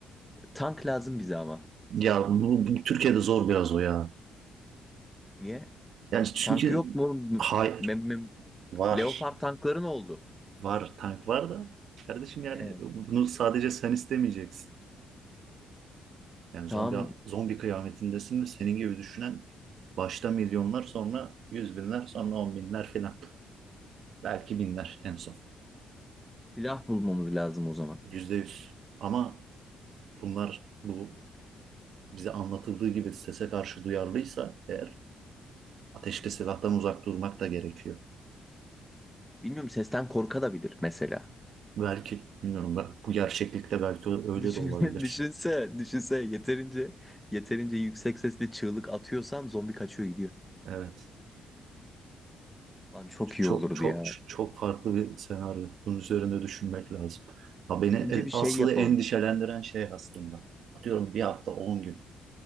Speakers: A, in the centre; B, on the right.
A: Tank lazım bize ama.
B: Ya bu, bu Türkiye'de zor biraz o ya.
A: Niye?
B: Yani çünkü
A: Tank yok mu? oğlum?
B: hayır
A: Mem mem
B: var.
A: Leopard tankların oldu.
B: Var tank var da kardeşim yani
A: Ee,
B: bunu sadece sen istemeyeceksin. Yani
A: tamam
B: zombi zombi kıyametindesin ve senin gibi düşünen başta milyonlar sonra yüz binler sonra on binler filan. Belki binler en son.
A: silah bulmamız lazım o zaman.
B: Yüzde yüz. Ama bunlar bu bize anlatıldığı gibi sese karşı duyarlıysa eğer ateşli silahtan uzak durmak da gerekiyor.
A: Bilmiyorum sesten korka da bilir mesela.
B: Belki bilmiyorum ben. Bu gerçeklikte belki öyle
A: Düşün,
B: de olabilir.
A: <laughs> düşünse, düşünse yeterince yeterince yüksek sesle çığlık atıyorsan zombi kaçıyor gidiyor.
B: Evet.
A: Lan çok
B: Çok
A: iyi olurdu
B: çok
A: ya.
B: çok farklı bir senaryo. Bunun üzerinde düşünmek lazım. Ha beni
A: Önce
B: e,
A: bir
B: asıl
A: şey yapalım.
B: endişelendiren şey aslında. Atıyorum bir hafta 10 gün.